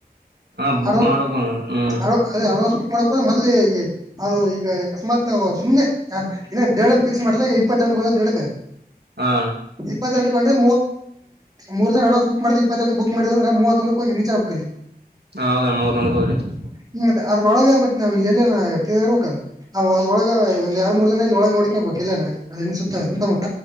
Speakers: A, on the right; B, on the right.
A: ಹಾ ಬುಕ್
B: ಅಡು
A: ಮಾಡ್ಬೇಕಣ ಹ್ಮ್
B: ಅಡ ಅದೇ ಅಡ್ವಾನ್ಸ್ ಬುಕ್ ಮಾಡಬೇಕು ಮೊದ್ಲಿ ಈ ಅದು ಈಗ ಅಕಸ್ಮಾತ್ ನಾವು. ಸುಮ್ನೆ ಇನ್ನ ಡೇಟ್ ಫಿಕ್ಸ್ ಮಾಡಿದಾಗ ಈ ಇಪ್ಪತ್ತೆಂಟು ಹೋಗ್ತೀವಿ ಅಂತ ಇಟಕ.
A: ಹ್ಹಾ.
B: ಇಪ್ಪತ್ತೆಂಟಕ ಹೊಂಟ್ರೆ ಮೂರ್ ದಿನ ಅಡ್ವಾನ್ಸ್ ಬುಕ್ ಮಾಡ ಇಪ್ಪತ್ತೆಂಟಕ ಬುಕ್ ಮಾಡಿದಂದ್ರೆ ಮೂವತ್ತೊಂದ ಹೋಗಿ ರೀಚ್ ಆಗ್ಬೇಕು ಅಲ್ಗಿ.
A: ಹೌದಣ ಮೂವತ್ತೊಂದಕ್ಕೆ ಹೋಗ್ರೈತಿ
B: ಹ ಮತ್ತ ಅದ್ರೊಳಗ ಮತ್ತ. ನಾವ್ ಇಲ್ಲ ಎಲ್ಲ ಇರ್ಬೇಕಲ್. ಹ ಅದರೊಳಗ ಒಂದ ಎರಡ್ ಮೂರ್ ದಿನ ಇ ಒಳಗ್ ನೋಡ್ಕೇಬೇಕು ಬೇಕು ಇಲ್ಲ ಎಲ್ಯನ ಸುತ್ತ ಸುತ್ತಮುತ್ತ.